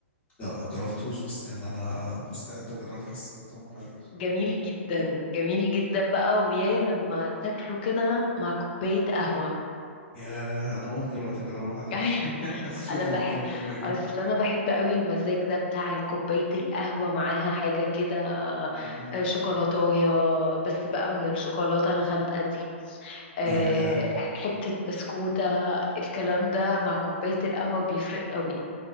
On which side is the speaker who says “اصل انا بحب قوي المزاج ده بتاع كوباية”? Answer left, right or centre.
Left